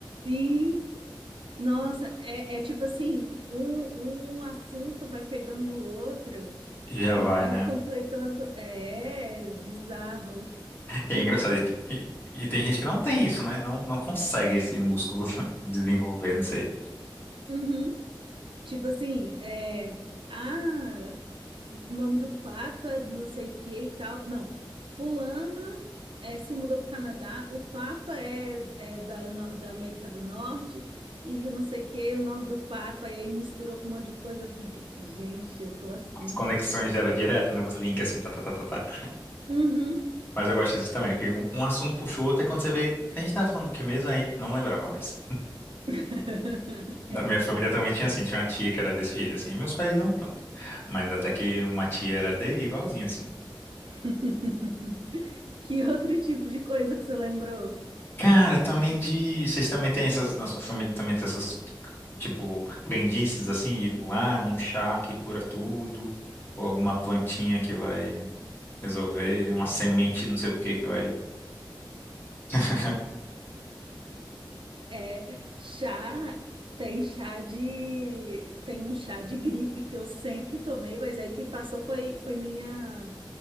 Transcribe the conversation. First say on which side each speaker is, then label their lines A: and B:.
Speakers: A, on the right (about 80°); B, on the left (about 25°).
A: sim, nossa, é, é tipo assim, um, um assunto vai pegando no outro
B: e já
A: e
B: vai,
A: vai
B: né?
A: completando. co- É, é bizarro. Tipo,
B: E é engraçado. E, te- e- e tem gente que não tem isso, né? Não, não consegue esse músculo <laughs> desenvolver, não sei.
A: uhum. Tipo assim, é, ah, o nome do Papa, não sei o que e tal. Não, fulana é, se mudou para o Canadá, o Papa é, é da, no- da América do Norte e não sei o que, o nome do Papa, e aí misturou com um monte de coisa. Eu falei, gente, eu tô assim.
B: As conexões era direto, né? Os links assim, tá, tá, tá, tá, tá.
A: Uhum.
B: Mas eu gosto assim também, que um, um assunto puxou o outro, é quando você vê. A gente tava falando do que mesmo, aí não lembrava mais.
A: <laughs> É
B: Da
A: assim
B: minha família
A: mesmo.
B: também tinha assim, tinha uma tia que era desse jeito, assim, e meus pais não tanto. Mas até que uma tia era de igualzinho, assim.
A: <laughs> Que outro tipo de coisa que você lembrou?
B: Cara, também
A: Assim,
B: de. Vocês também têm essas. Na sua família também tem essas, tipo, crendices, assim, tipo, ah, um chá que cura tudo, ou alguma plantinha que vai resolver, uma semente não sei o que que vai. <laughs>
A: É, chá, tem chá de, tem um chá de gripe que eu sempre tomei, mas aí quem passou foi, foi minha,